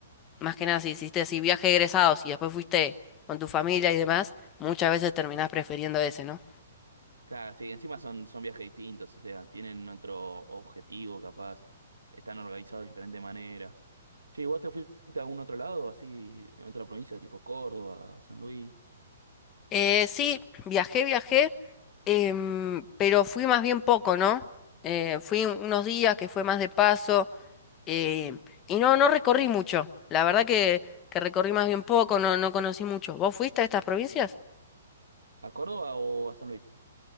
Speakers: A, on the left; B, on the right.
A: más que nada, si hiciste así viaje de egresados y después fuiste con tu familia y demás, muchas veces terminás prefiriendo ese, ¿no?
B: Claro, sí, encima son, son viajes distintos, o sea, tienen otro objetivo capaz, están organizados de diferente manera. Che, ¿y vos te fuiste a algún otro lado, así, en otra provincia, tipo Córdoba, San Luis?
A: Eh, sí, viajé, viajé, em, pero fui más bien poco, ¿no? Eh, fui unos días que fue más de paso em, y no, no recorrí mucho. La verdad que, que recorrí más bien poco, no, no conocí mucho. ¿Vos fuiste a estas provincias?
B: ¿A Córdoba o a San Luis?